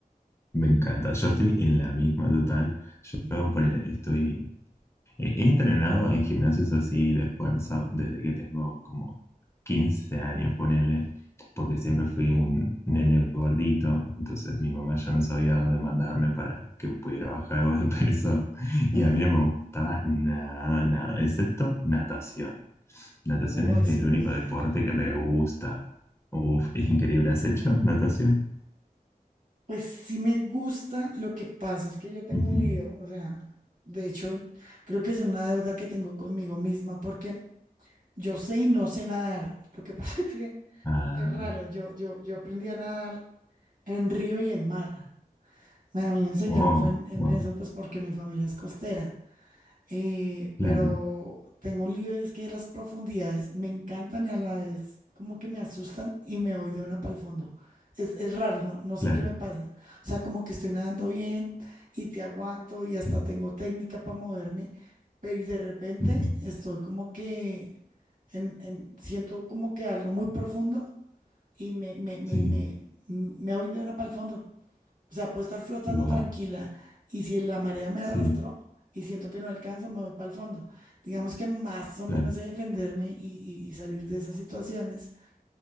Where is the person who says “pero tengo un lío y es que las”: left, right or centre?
Right